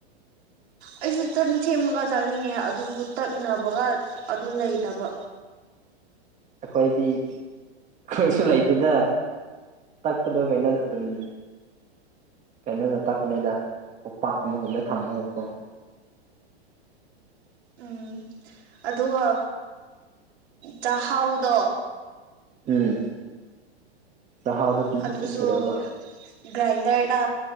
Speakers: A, on the right (about 75°); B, on the right (about 20°).
A: ꯑꯩꯁꯨ ꯇꯟ ꯁꯦꯝꯃꯒ ꯆꯥꯅꯤꯡꯉꯦ ꯑꯗꯨꯕꯨ ꯇꯛꯅꯕꯒ ꯑꯗꯨ ꯂꯩꯇꯕ
B: ꯑꯩꯈꯣꯏꯗꯤ ꯀꯣꯏꯁꯨ ꯂꯩꯇꯦꯗ ꯇꯛꯄꯗꯣ ꯀꯩꯅꯣ ꯑꯗꯨꯝ ꯀꯩꯅꯣꯗ ꯇꯥꯛꯄꯅꯤꯗ ꯎꯄꯥꯛ ꯑꯃꯒꯨꯝꯗ ꯊꯝꯃꯒꯀꯣ
A: ꯎꯝ ꯑꯗꯨꯒ ꯆꯥꯛꯍꯥꯎꯗꯣ
B: ꯎꯝ ꯆꯥꯛꯍꯥꯎꯗ
A: ꯑꯗꯨꯁꯨꯣ
B: ꯀꯩꯗꯧꯕ
A: ꯒ꯭ꯔꯥꯏꯟꯗꯔꯗ